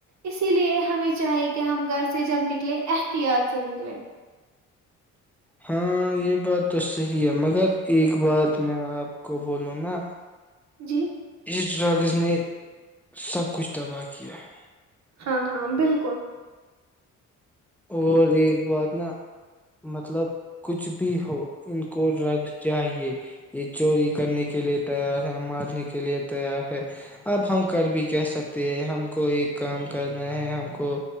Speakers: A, on the right; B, in the centre.
A: اسی لیے ہمیں چاہیے کہ ہم گھر سے جب نکلے احتیاط سے نکلیں
B: ہاں یہ بات تو صحی ہے مگر ایک بات میں آپ کو بولوں نا
A: جی <unintelligible>
B: ج ڈرگز نے سب کچھ تباہ کیا ہے
A: ہاں ہاں بالکل
B: اور ایک بات نا مطلب کچھ بھی ہو ان کو رگ چاہیے یہ چوری کرنے کے لیے تیار ہے مارنے کے لیے تیار ہے اب ہم کر بھی کہ سکتے ہیں ہم کو ایک کام کرنا ہے ہم کو